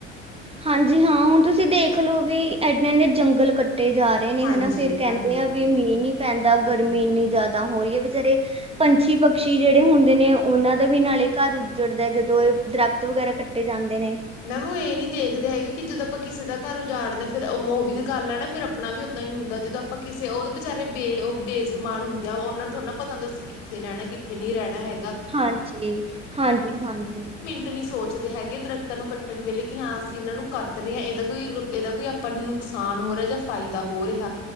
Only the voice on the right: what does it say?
ਹਾਂਜੀ ਹਾਂ, ਹੁਨ ਤੂਸੀ ਦੇਖ ਲੋ ਵੀ ਐ ਐਨੇ ਜੰਗਲ ਕੱਟ ਕੱਟੇ ਜਾ ਰਹੇ ਨੇ
ਹਨਾ, ਫਿਰ ਕੈੰਦੇ
ਆ ਵੀ ਮੀਂਹ ਨੀ ਪੈਂਦਾ ਗਰਮੀ ਇੰਨੀ ਜਾਦਾ ਹੋਈਏ ਵਿਚਾਰੇ ਪੰਛੀ, ਪਕਸ਼ੀ ਜੇੜੇ ਹੁੰਦੇ ਨੇ ਓਨਾਂ ਦਾ ਵੀ ਨਾਲੇ ਘਾਰ ਉੱਜੜਦੈ, ਜਦੋਂ ਏ ਦਰੱਖਤ ਵਗੈਰਾ ਕੱਟ ਟੇ ਜਾਂਦੇ ਨੇ।
ਹਾਂਜੀ, ਹਾਂਜੀ, ਹਾਂਜੀ।